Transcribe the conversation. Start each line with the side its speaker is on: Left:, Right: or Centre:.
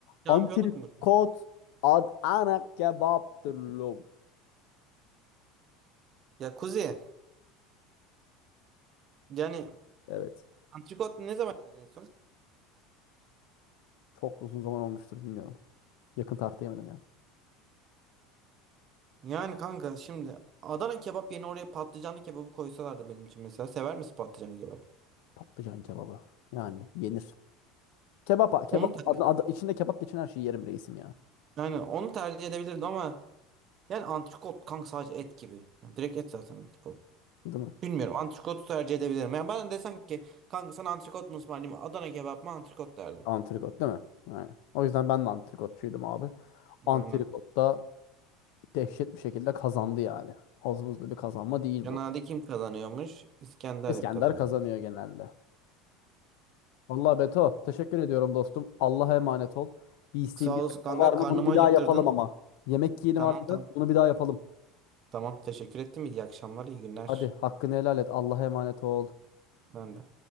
Right: Şampiyonluk
Left: Antrikot
Right: mu? bu?
Left: Adana kebaptır lo.
Right: Ya Kuzi yani
Left: Evet.
Right: antrikot ne zaman yedin en son?
Left: Çok uzun zaman olmuştur bilmiyorum. Yakın tarihte yemedim yani.
Right: Yani kanka şimdi Adana kebap yerine oraya patlıcanlı kebabı koysalardı benim için mesela. Sever misin patlıcanlı kebap?
Left: Patlıcan kebabı. Yani yenir. Kebap, kebap
Right: Onu ter-
Left: adı, adı- içinde kebap geçen her şeyi yerim reisim ya.
Right: yani onu tercih edebilirdim ama yani antrikot kanka sadece et gibi. Yani direkt et zaten antrikot.
Left: Değil mi?
Right: Bilmiyorum antrikotu tercih edebilirim. Yani bana desen ki kanka sana antrikot mu ısmarlayayım mı? Adana kebap mı antrikot derdim.
Left: Antrikot değil mi? Yani. O yüzden ben de antrikotçuydum abi. Antrikot
Right: Aynen.
Left: da dehşet bir şekilde kazandı yani. Az buzlu bir kazanma değil
Right: Genelde
Left: bu.
Right: kim kazanıyormuş? İskender
Left: İskender
Right: hep kazanmış.
Left: kazanıyor genelde. Vallahi Beto, teşekkür ediyorum dostum. Allah'a emanet ol. Bir isteğin
Right: Sağ
Left: bir
Right: olasın kanka
Left: arzun var mı?
Right: karnımı
Left: Bunu bir
Right: acıktırdın.
Left: daha yapalım ama. Yemek yiyelim
Right: Tamam
Left: harbiden.
Right: tamam.
Left: Bunu bir daha yapalım.
Right: Tamam teşekkür ettim. İyi akşamlar iyi günler.
Left: Hadi hakkını helal et. Allah'a emanet ol.
Right: Ben de.